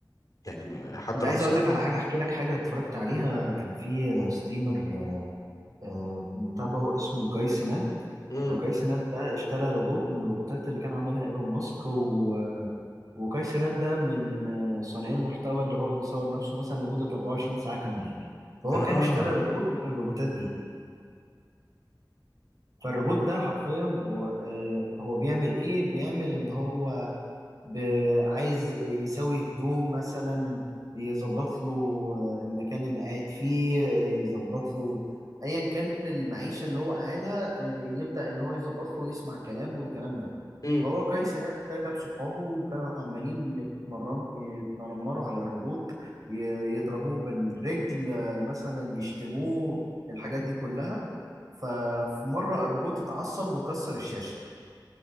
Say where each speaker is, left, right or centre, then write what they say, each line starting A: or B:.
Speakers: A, on the left; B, on the right.
A: يعني م- حتى
B: كنت عايز
A: لو فصل
B: اقول لك على حاجة احكي لك حاجة اتفرجت عليها كان في ستريمر آه، متابعه اسمه كاي سينات
A: امم
B: فكاي سينات ده اشترى روبوت من الروبوتات اللي كان عاملها ايلون ماسك و... وكاي سينات ده من آه، صانعي المحتوى اللي هو بيصور نفسه مثلا لمدة 24 ساعة كاملين فهو
A: اه
B: كان اشترى روبوت من الروبوتات دي فالروبوت ده حرفيا هو آه، هو بيعمل ايه بيعمل ان هو ب- عايز يسوي هدوم مثلا يظبط له آه، المكان اللي قاعد فيه آه، يظبط له ايا كان المعيشة اللي هو قاعدها آه، يبدأ ان هو يظبط له ويسمع كلام والكلام ده
A: امم
B: فهو قيس هناك ده جاب صحابه وكانوا عمالين يتمرن يتنمروا على الروبوت ي- يضربوه بالرجل آه، مثلا يشتموه الحاجات دي كلها ففي مرة الروبوت اتعصب وكسر الشاشة